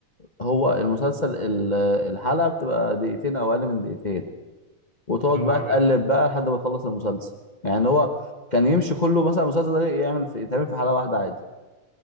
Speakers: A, on the left (about 70°); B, on the right (about 45°).
A: هو المسلسل ال- الحلقة بتبقى دقيقتين او اقل من دقيقتين وتقعد
B: يا نهار
A: بقى
B: ابيض
A: تقلب بقى لحد ما تخلص المسلسل يعني هو كان يمشي كله مثلا المسلسل ده يعمل في يتعمل في حلقة واحدة عادي